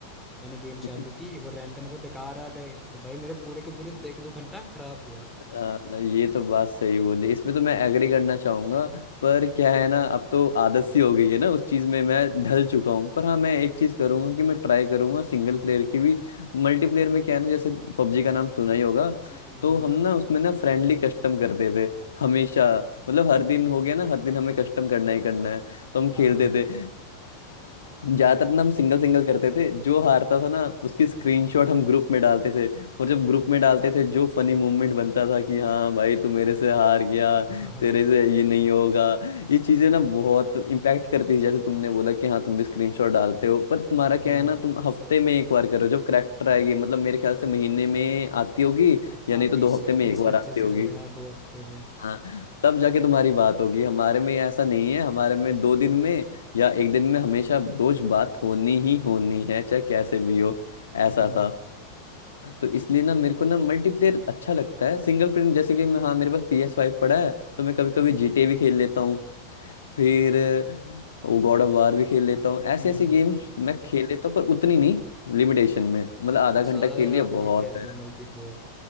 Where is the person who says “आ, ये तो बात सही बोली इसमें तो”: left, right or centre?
Left